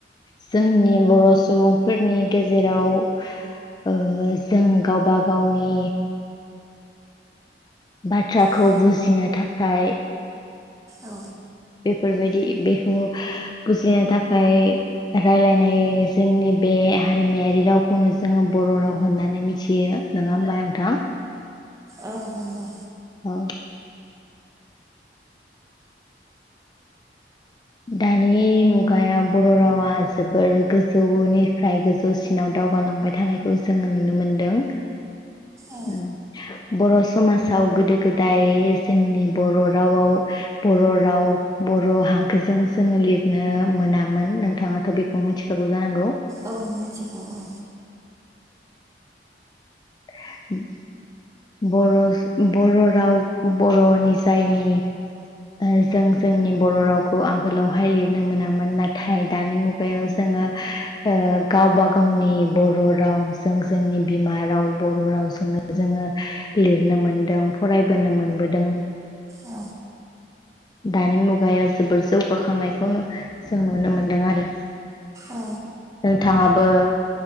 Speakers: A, on the left; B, on the right.
A: जोंनि बर' सुबुंफोरनि गेजेराव ओ जों गावबा गावनि बाथ्राखौ
B: औ
A: बुजिनो थाखाय
B: औ
A: बेफोरबायदि बेखौ बुजिनो थाखाय रायलायनाय जोंनि बे हारिमायारि रावखौनो जोङो बर' राव होननानै मिथियो नङा होमबा नोंथां
B: औ नंगौ
A: औ दानि मुगायाव बर' रावा जोबोर गोजौनिफ्राय गोजौसिनाव दावगालांबाय थानायखौ जोङो नुनो मोनदों
B: औ
A: ओ बर' समाजाव गोदो गोदाय जोंनि बर' रावाव बर' राव बर' हांखोजों जोङो लिरनो मोनामोन नोंथाङाथ' बेखौ मिथिखागौ जानांगौ
B: औ मिथिगौ औ
A: <unintelligible> बर' बर' राव बर' नि जायनि ओ जों जोंनि बर' रावखौ आगोलावहाय लिरनो मोनामोन नाथाय दानि मुगायाव जोङो ओ गावबा गावनि बर' राव जों जोंनि बिमा राव बर' रावजोंनो जोङो लिरनो मोनदों फरायबोनो मोनबोदों
B: औ
A: दानि मुगायाव जोबोद जौगाखांनायखौनो जों नुनो मोनदों आरो
B: औ
A: नोंथाङाबो